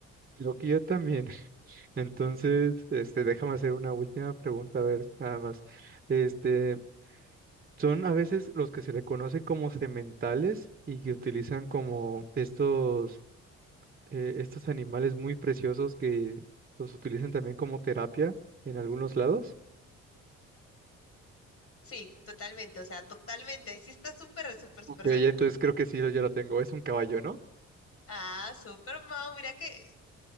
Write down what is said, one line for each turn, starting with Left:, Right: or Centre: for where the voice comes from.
Right: Creo que yo también. <laughs> Entonces, este, déjame hacer una última pregunta, a ver, nada más. Este, son a veces los que se le conocen como sementales y que utilizan como estos, eh, estos animales muy preciosos que los utilizan también como terapia en algunos lados.
Left: Sí, totalmente. O sea, totalmente. Ahí sí estás súper, súper, súper
Right: Ok, ya
Left: cerca.
Right: entonces creo que sí, yo ya lo tengo. Es un caballo, ¿no?
Left: Ah, súper, Mau. Mira que,